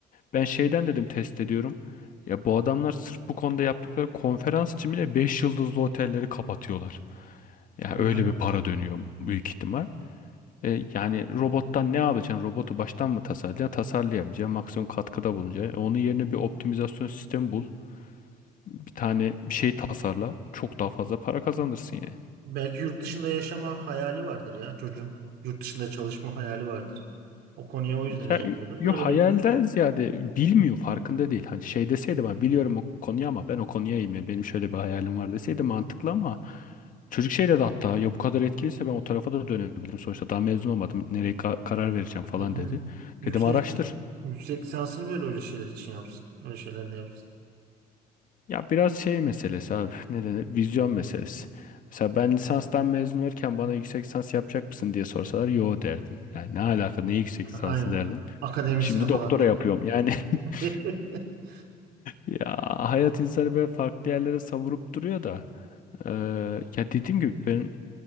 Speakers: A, on the left (about 50°); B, on the right (about 75°).
A: Ben şeyden dedim test ediyorum. Ya bu adamlar sırf bu konuda yaptıkları konferans için bile 5 yıldızlı otelleri kapatıyorlar. Ya
B: e, yani
A: öyle bir para dönüyor büyük ihtimal. E, yani robottan ne yapacaksın? Robotu baştan mı tasarlayacaksın? Tasarlayamayacaksın. Maksimum katkıda bulunacaksın. E, onun yerine bir optimizasyon sistemi bul. Bir tane bir şey tasarla. Çok daha fazla para kazanırsın yani.
B: belki yurt dışında yaşama hayali vardır ya çocuğun. Yurt dışında çalışma hayali vardır. O konuya o yüzden eğiliyordur
A: Ya, yo
B: da öyle
A: hayalden ziyade bilmiyor farkında değil. Hani şey deseydi ben biliyorum o konuyu ama ben o konuya eğilmiyorum. Benim şöyle bir hayalim var deseydi mantıklı ama çocuk şey dedi hatta ya bu kadar etkiliyse ben o tarafa da dönebilirim. Sonuçta daha mezun olmadım. Nereye ka- karar vereceğim falan
B: yani
A: dedi.
B: yüksek
A: Dedim araştır.
B: yüksek lisansını böyle öyle şeyler için yapsın. Öyle şeyler de yapsın.
A: Ya biraz şey meselesi abi. Ne denir? Vizyon meselesi. Mesela ben lisanstan mezun olurken bana yüksek lisans yapacak mısın diye sorsalar yo derdim. Yani ne alaka ne yüksek
B: Ha,
A: lisansı
B: Aynen.
A: derdim.
B: Akademisyen
A: Şimdi
B: falan
A: doktora
B: diye.
A: yapıyorum yani.
B: <laughs>
A: <laughs> Ya hayat insanı böyle farklı yerlere savurup duruyor da eee, ya dediğim gibi ben